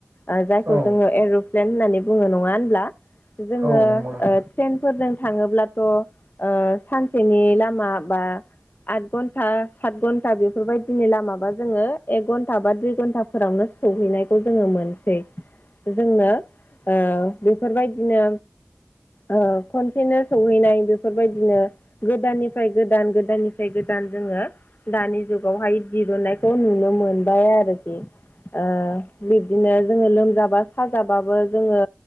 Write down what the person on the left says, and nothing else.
ओ जायखौ
जोङो एर'प्लेन होननानै बुङो नङा होनब्ला? जोङो
ट्रेनफोरजों थाङोब्लाथ' ओ सानसेनि लामा बा आद घन्टा सात घन्टा बेफोरबायदिनि लामाबा जोङो एक घन्टा बा दुइ घन्टाफोरावनो सौहैनायखौ जोङो मोनसै। जोंनो ओ बेफोरबायदिनो ओ खनसेनो सौहैनाय बेफोरबायदिनो गोदाननिफ्राय गोदान गोदाननिफ्राय गोदान जोङो दानि जुगावहाय दिरुनन्नायखौ नुनो मोनबाय आरोखि। ओ बिब्दिनो जोङो लोमजाबा साजाबाबो जोङो